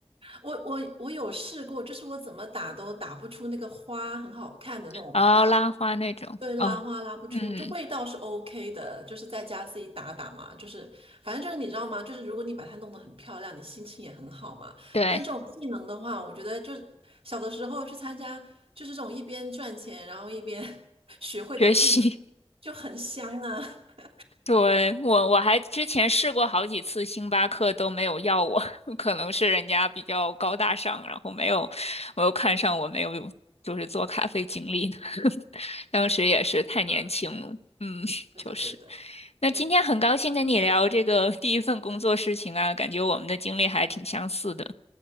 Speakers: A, on the right (about 65°); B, on the left (about 80°).
A: 我我我有试过，就是我怎么打都打不出那个花很好看的那种花。
B: 然后拉花那种。
A: 对，拉花拉不出，
B: 哦，嗯，
A: 就味道是 OK 的，就是在家自己打打嘛，就是反正就是你知道吗？就是如果你把它弄得很漂亮，你心情也很好嘛。
B: 对，
A: 但这种技能的话，我觉得就是小的时候去参加，就是这种一边赚钱，然后一边 <laughs> 学会的技能
B: 学习。
A: 就很香啊。<laughs>
B: 对，我我还之前试过好几次，星巴克都没有要我，<laughs> 可能是人家比较高大上，然后没有我又看上我，没有就是做咖啡经历呢。<laughs> 当时也是太年轻了，
A: 啊，
B: 嗯，<laughs>
A: 对的对的，
B: 就是。那今天很高兴跟你聊这个第一份工作事情啊，
A: 哎，嗯
B: 感觉我们的经历还挺相似的。